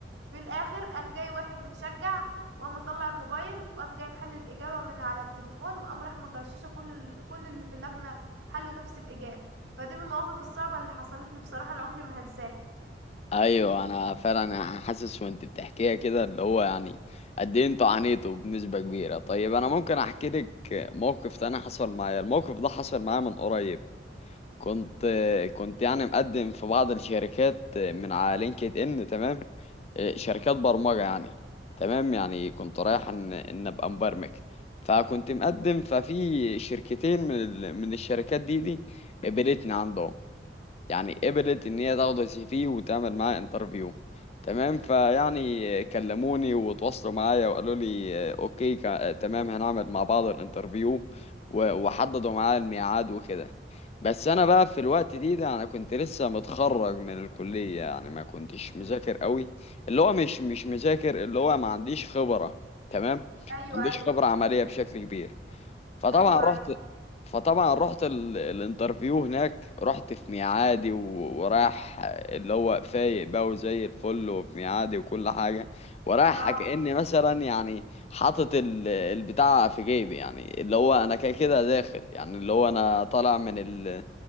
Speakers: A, on the right; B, on the left.
A: في الاخر قام جاي واحد متشجع وقام مطلع الموبايل وقام جايب حل الاجابه من على التليفون وقام راح مغششه كل ال... كل اللي في اللجنه حلوا نفس الاجابه فدي من المواقف الصعبه اللي حصلت لي بصراحه العمر ما هنساها
B: ايوه انا فعلا حاسس وانت بتحكيها كده اللي هو يعني قد ايه انتوا عانيتوا بنسبة كبيرة طيب انا ممكن احكي لك موقف تاني حصل معايا الموقف ده حصل معايا من قريب كنت كنت يعني مقدم في بعض الشركات من على لينكد ان تمام شركات برمجة يعني تمام يعني كنت رايح ان ان ابقى مبرمج فكنت مقدم ففي شركتين من ال... من الشركات دي دي قبلتني عندهم يعني قبلت ان هي تاخد السي في وتعمل معاه انترفيو تمام فيعني كلموني وتواصلوا معايا وقالوا لي آه، اوكي كا- آه، تمام هنعمل مع بعض الانترفيو و- وحددوا معايا الميعاد وكده بس انا بقى في الوقت دي ده انا كنت لسه متخرج من الكلية يعني ما كنتش
A: مم.
B: مذاكر قوي اللي هو مش مش مذاكر اللي هو ما عنديش خبرة تمام ما
A: ايوه
B: عنديش
A: ايوه
B: خبرة عملية بشكل كبير فطبعا
A: ايوه
B: رحت
A: ايوه
B: فطبعا رحت ال... الانترفيو هناك رحت في ميعادي و... ورايح اللي هو فايق بقى وزي الفل وفي ميعادي وكل حاجة ورايح
A: اه
B: كأني مثلا يعني حاطط ال... البتاع في جيبي يعني اللي هو انا كده كده داخل يعني اللي هو انا طالع من ال...